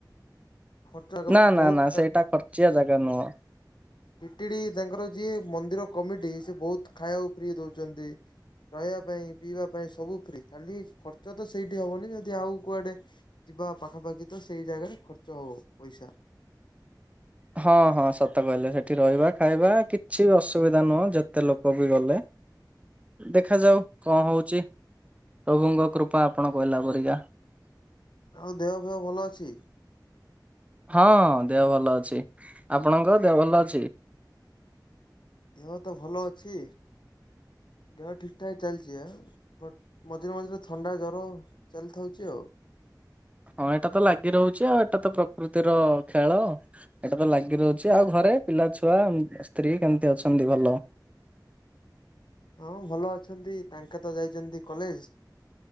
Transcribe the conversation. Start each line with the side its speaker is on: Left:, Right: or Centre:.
Left: ଖର୍ଚ୍ଚ
Right: ନା
Left: ମାନେ
Right: ନା
Left: ବହୁତ
Right: ନା ସେଇଟା ଖର୍ଚ୍ଚିଆ ଜାଗା ନୁହଁ
Left: ପିଟିଡି ତାଙ୍କର ଯିଏ ମନ୍ଦିର କମିଟି ସେବହୁତ ଖାଇବାକୁ ଫ୍ରି ଦଉଚନ୍ତି ଖାଇବା ପାଇଁ ପିଇବା ପାଇଁ ସବୁ ଫ୍ରି ଖାଲି ଖର୍ଚ୍ଚତ ସେଇଠି ହବନି ଯଦି ଆଉ କୁଆଡେ ଯିବା ପାଖାପାଖିତ ସେଇ ଜାଗାରେ ଖର୍ଚ୍ଚ ହବ ପଇସା
Right: ହଁ ହଁ ସତ କହିଲେ ସେଠି ରହିବା ଖାଇବା କିଛି ବି ଅସୁବିଧା ନୁହଁ ଯେତେ ଲୋକବି ଗଲେ ଦେଖାଯାଉ କଣ ହଉଚି ପ୍ରଭୁଙ୍କ କୃପା ଆପଣ କହିଲା ପରିକା
Left: ଆଉ ଦେହ ଫେହ ଭଲ ଅଛି।
Right: ହଁ ଦେହ ଭଲ ଅଛି ଆପଣଙ୍କ ଦେହ ଭଲ ଅଛି?
Left: ଦେହତ ଭଲ ଅଛି ଦେହ ଠିକ ଠାକ ଚାଲିଚି ଆ ବଟ ମଝିରେ ମଝିରେ ଥଣ୍ଡା ଜର ସେମିତିହଉଚି ଆଉ
Right: ହଁ ଏଇଟାତ ଲାଗି ରହୁଛି ଆଉ ଏଇଟା ତ ପ୍ରକୃତିର ଖେଳ ଏଟାତ ଲାଗିରହୁଚି ଆଉ ଘରେ ପିଲା ଛୁଆ ଉ ସ୍ତ୍ରୀ କେମିତି ଅଛନ୍ତି ଭଲ
Left: ହଁ ଭଲ ଅଛନ୍ତି ତାଙ୍କେତ ଯାଇଚନ୍ତି କଲେଜ